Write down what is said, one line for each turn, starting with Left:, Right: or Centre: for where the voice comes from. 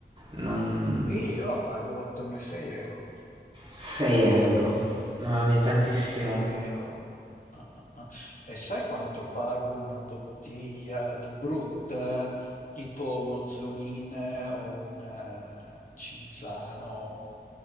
Right: Non...
Left: eh, Qui io la pago attorno ai 6 euro.
Right: 6 euro? Mamma mia, tantissimo.
Left: 6 euro. Ah, ah, ah. E sai quanto pago una bottiglia di Brut, tipo uno Zonin o un eh, Cinzano?